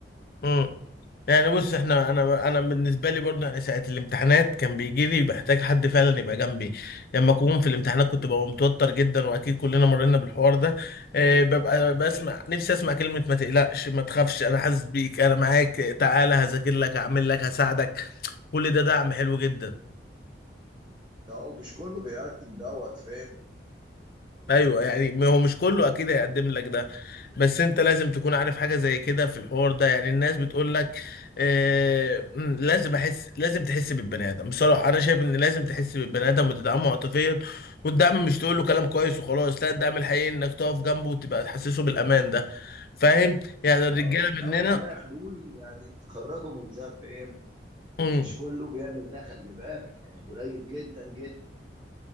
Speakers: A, on the left (about 55°); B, on the right (about 25°).
A: امم يعني بص احنا انا انا بالنسبه لي برضه يعني ساعه الامتحانات كان بيجي لي بحتاج حد فعلا يبقى جنبي لما اكون في الامتحانات كنت ببقى متوتر جدا واكيد كلنا مرينا بالحوار ده اه ببقى بسمع نفسي اسمع كلمه ما تقلقش ما تخافش انا حاسس بيك انا معاك تعالى هذاكر لك هعمل لك هساعدك كل ده دعم حلو جدا
B: اه ومش كله بيقدم دوت فاهم
A: ايوه يعني ما هو مش كله اكيد هيقدم لك ده بس انت لازم تكون عارف حاجه زي كده في الحوار ده يعني الناس بتقول لك آه مم، لازم احس لازم تحس بالبني ادم بصراحه انا شايف ان لازم تحس بالبني ادم وتدعمه عاطفيا والدعم مش تقول له كلام كويس وخلاص لا الدعم الحقيقي انك تقف جنبه وتبقى تحسسه بالامان ده فاهم يعني الرجاله
B: اه وتحاول
A: مننا
B: تلاقي حلول يعني تخرجه من ده فاهم
A: مم،
B: مش كله بيعمل ده خلي بالك يعني قليل جدا جدا